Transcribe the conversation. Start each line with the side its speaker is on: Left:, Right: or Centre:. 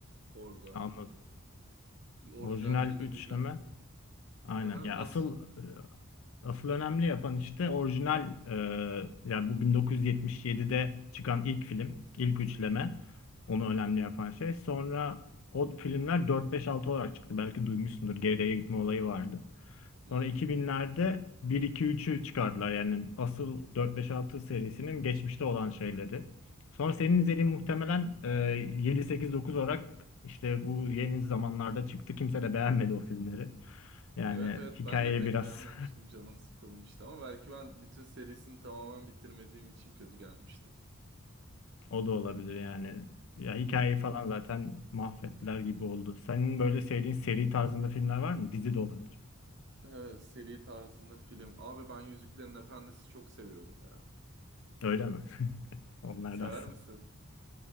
Right: orada.
Left: Anladım.
Right: Orijinal
Left: Orijinal
Right: filmlerini
Left: üçleme.
Right: izlemedim.
Left: Aynen.
Right: Aha,
Left: Ya
Right: nasıl?
Left: asıl e, asıl önemli yapan işte orijinal e, yani bu 1977'de çıkan ilk
Right: Hı
Left: film,
Right: hı.
Left: ilk üçleme. Onu önemli
Right: Aha.
Left: yapan şey. Sonra o filmler 4 5 6 olarak çıktı. Belki duymuşsundur. Geriye gitme olayı vardı.
Right: Hı
Left: Sonra 2000'lerde bir iki üçü çıkardılar. Yani asıl dört beş altı serisinin geçmişte olan şeyleri. Sonra senin
Right: hı.
Left: izlediğin muhtemelen e, yedi sekiz dokuz olarak işte bu yeni zamanlarda çıktı. Kimse de beğenmedi o filmleri. Yani
Right: Evet evet
Left: hikayeyi
Right: ben de pek
Left: biraz
Right: beğenmemiştim canım sıkılmıştı ama belki ben bütün serisini tamamen bitirmediğim için kötü gelmiştir.
Left: <laughs> o da olabilir yani. Ya
Right: Hı.
Left: hikayeyi falan zaten mahvettiler gibi oldu. Senin böyle sevdiğin seri tarzında filmler var mı? Dizi de olabilir.
Right: Evet seri tarzında film. Abi ben Yüzüklerin Efendisi çok seviyorum ya.
Left: Öyle mi? <laughs> Onlardan.
Right: Sever misin?